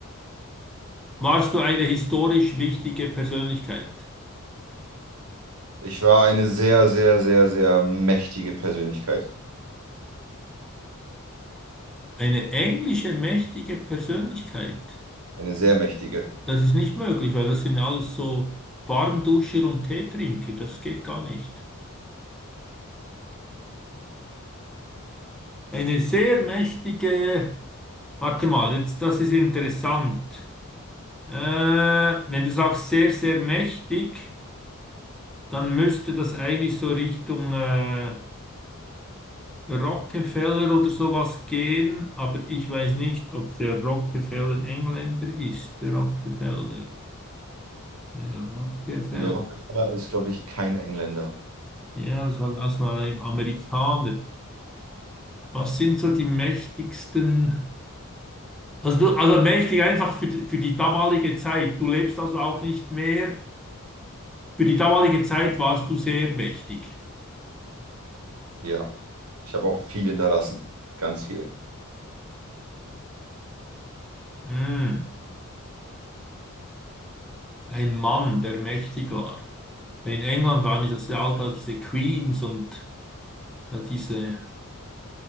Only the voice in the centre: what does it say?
warst du eine historisch wichtige Persönlichkeit.
Eine englische mächtige Persönlichkeit.
Das ist nicht möglich, weil das sind alles so Warmduscher und Teetrinker. Das geht gar nicht. Eine sehr mächtige, warte mal, jetzt, das ist interessant. Äh, wenn du sagst sehr, sehr mächtig, dann müsste das eigentlich so Richtung äh, Rockefeller oder sowas gehen, aber ich weiß nicht, ob der Rockefeller Engländer ist, der Rockefeller. Der Rockefeller.
Ja, das war erstmal ein Amerikaner. Was sind so die mächtigsten? Also, du, also mächtig einfach für, die- für die damalige Zeit. Du lebst also auch nicht mehr. Für die damalige Zeit warst du sehr mächtig.
Hm. Ein Mann, der mächtig war. In England waren das ja all da diese Queens und da diese.